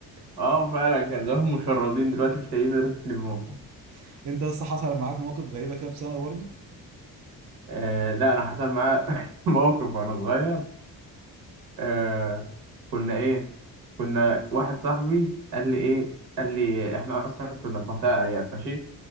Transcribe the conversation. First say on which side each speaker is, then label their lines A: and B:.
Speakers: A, on the right; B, on the right.
A: اه فعلا كان لهم مشردين دلوقتي مش لاقيين مدرسة يلموهم
B: <laughs> انت لسه حصل معاك مواقف غريبه كده في ثانوي برضه
A: آه لا انا حصل معايا <laughs> موقف وانا صغير آه كنا ايه كنا واحد صاحبي قال لي ايه قال لي احنا اصلا كنا في منطقة ارياف ماشي